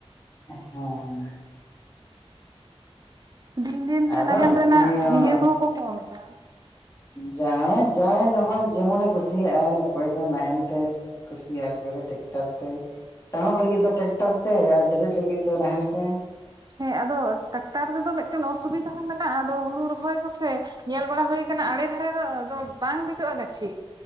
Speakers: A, on the left; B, on the right.
A: ᱦᱮᱸ
B: ᱫᱤᱱ ᱫᱤᱱ ᱛᱮ
A: ᱟᱫᱚ
B: ᱱᱟᱦᱮᱞ ᱨᱮᱱᱟᱜ
A: ᱧᱮᱞ
B: ᱤᱭᱟᱹ ᱠᱚᱦᱚᱸᱠᱚ ᱠᱚᱢ ᱮᱫᱟ
A: ᱡᱟᱦᱟᱸ ᱡᱟ ᱡᱟᱦᱚᱭ ᱡᱮᱢᱚᱱᱮ ᱠᱩᱥᱤᱭᱟᱜᱼᱟ ᱚᱠᱚᱭ ᱫᱚ ᱱᱟᱦᱮᱞ ᱛᱮ ᱠᱩᱥᱤᱭᱟᱜ-ᱟ ᱠᱚᱭᱫᱚ ᱴᱮᱠᱴᱟᱨ ᱛᱮ ᱪᱟᱸᱬᱚᱜ ᱞᱟᱹᱜᱤᱫ ᱫᱚ ᱴᱮᱠᱴᱟᱨ ᱛᱮ ᱟᱨ ᱰᱮᱨᱤᱜ ᱞᱟᱹᱜᱤᱫ ᱫᱚ ᱱᱟᱦᱮᱞ ᱛᱮ
B: ᱦᱮᱸ ᱟᱫᱚ ᱴᱨᱟᱠᱴᱟᱨ ᱨᱮᱫᱚ ᱢᱤᱫᱴᱮᱱ ᱚᱥᱩᱵᱤᱫᱟ ᱦᱚᱸ ᱢᱮᱱᱟᱜᱼᱟ ᱟᱫᱚ ᱦᱩᱲᱩ ᱨᱚᱦᱚᱭ ᱠᱚᱥᱮ ᱧᱮᱞ ᱵᱟᱲᱟ ᱦᱩᱭᱟ ᱟᱠᱟᱱᱟ ᱟᱲᱮ ᱫᱷᱟᱨᱮ ᱫᱚ ᱵᱟᱝ ᱵᱤᱫᱩᱜᱼᱟ ᱜᱟᱹᱪᱷᱤ